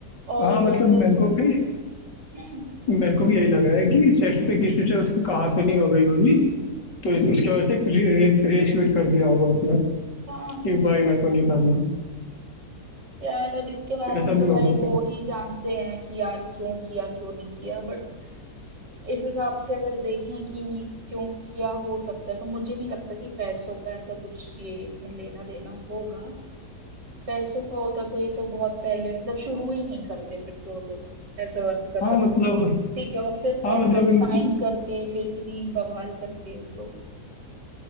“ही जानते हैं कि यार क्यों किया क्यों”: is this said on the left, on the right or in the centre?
Right